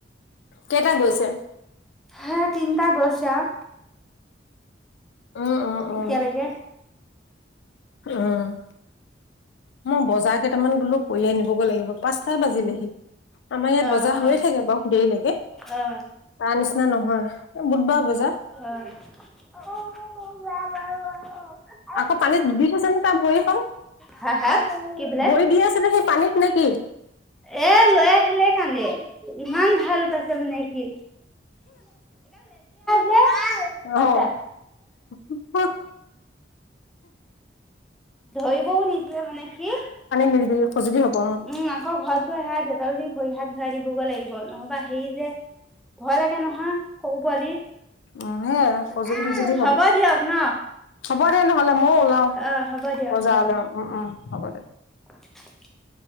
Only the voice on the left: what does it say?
কেটাত গৈছে?
উম, উম, উম,
উম, মই বজাৰ কেইটামান বোলো কৰি আনিবগৈ লাগিব পাচ পাচটা বাজিলেহি আমাৰ ইয়াত
বজা হৈয়ে
থাকে বাৰু দেৰিলৈকে
তাৰ নিচিনা নহয় এহ বুধবাৰ বজাৰ
আকৌ পানীত দূবি থৈছে নে তাৰ ভৰিখন?
ভৰি দি আছে নে সেই পানীত নে কি?
অহ
<unintelligible>
নিদিবি খজুতি হ'ব
অহ হে আৰু খজুলি
-বিজুলি
হ'ব দে নহ'লে মইওলাওঁ।
বজাৰলৈ
উম- উম হ'ব দে।